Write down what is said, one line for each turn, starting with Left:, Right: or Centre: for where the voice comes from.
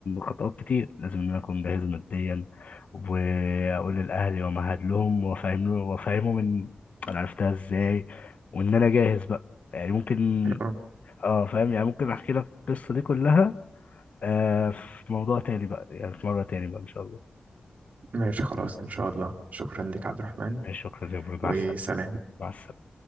Left: خطوات كتير لازم ان انا اكون جاهز ماديا واقول لاهلي ومهد لهم وافهم له وافهمهم ان انا عرفتها ازاي وان انا جاهز بقى يعني ممكن
Right: اه
Left: اه فاهم يعني ممكن احكي لك القصه دي كلها آه في موضوع تاني بقى يعني في مره تاني بقى ان شاء الله
Right: ماشي خلاص ان شاء الله شكرا لك عبد الرحمن
Left: ماشي، شكرا يا برو
Right: وسلام
Left: مع السلامه مع السلامه